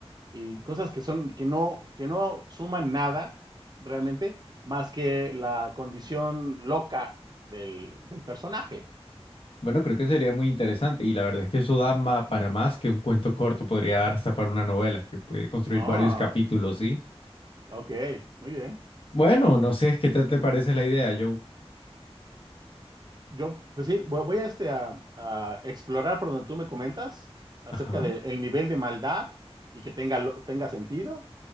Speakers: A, on the right; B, on the left.
A: Y cosas que son, que no, que no suman nada realmente, más que la condición loca del, del personaje.
B: Bueno, creo que sería muy interesante y la verdad es que eso da ma- para más que un cuento corto, podría dar hasta para una novela que puede construir
A: Ah,
B: varios capítulos, ¿sí?
A: ok, muy bien.
B: Bueno, no sé, ¿qué tal te parece la idea? Yo,
A: yo, pues sí, voy voy a, este, a, a explorar por donde tú me comentas acerca
B: ajá,
A: del nivel de maldad y que tenga, lo- tenga sentido.